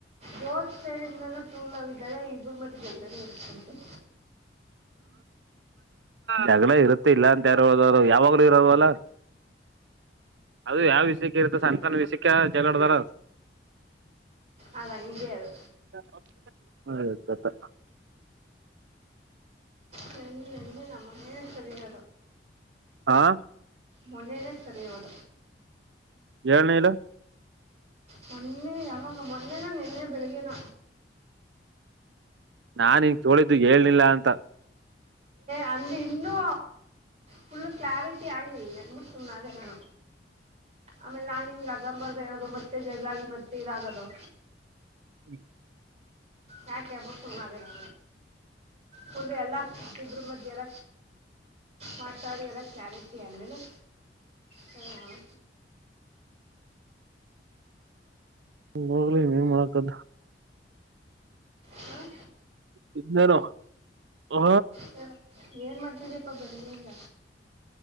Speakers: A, on the right; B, on the right.
A: ಬೋತ್ ಸೈಡ್ನೂ ಕೂಲ ಾಗ ಇಬ್ಬರು ಮಧ್ಯೆ ಬೆಗ್ನ ಇರುತ್ತ
B: ಜಗಳ ಇರುತ್ತೆ ಇಲ್ಲ ಅ ರು ಯಾವಾಗ್ಲೂ ಇರೋದು ಅಲ್ಲ ಅದು ಯಾವ ವಿಷಯಕ್ಕೆ ಇರುತ್ತ ಸಂತಾನ ವಿಷಯಕ್ಕೆ ಜಗಳಡದಾರ
A: ಅದು ಹಂಗೆ ಅದು
B: ಹಪ್ಪ
A: ನನ್ನ ನನ್ ನಮಗ ಸರಿರ
B: ಆಾ
A: ಮೊನ್ನೇನೇ ಸರಿಯೋದ
B: ಏಳ್ನ ಇಲ
A: ಮೊನ್ನೆ ಯಾವಾಗ ಮೊನ್ನೆನ ನಿೆನ್ನೆ ಬೆಳಿಗ್ನ
B: ನಾನ್ ಹಂಗ ತೋಳಿದ್ದು ಹೇಳ್ನಿಲ್ಲ ಅಂತ
A: ಅಂದ್ರ ಇನ್ನೂ ಫುಲ್ ಕ್ಲಾರಿಟಿ ಆಗ್ಲಿ ಸುಮ್ನಾದೇ ನಾನು ಆಮೇಲೆ ನಾನನ್ ಗ ಬರ್್ದ ಹೇಳದು ಮತ್ತೆ ಜನಾಗಿ ಮತ್ತೆ ಇದಾಗದು
B: ಹ್ಮ್
A: ಯಾಕೆಬ ಸುಮ್ಮದ ನ ಹುಲೆ ಅಲ್ಲ ಕರು ಮಧ್ಯರ ಮಾತಾಡಿ ಎಲ್ಲ ಕಲನ್ತಿ ಅಲ್ಲನು ಹ
B: ಹೋಗಲಿ ನ್ ಮಾಡಕದು
A: ಹಾಂ
B: ನಾನ ಹ
A: ಹ ಏನ್ ಮಾಡ್ತಿದಪ್ಪ ಬರಿಂದ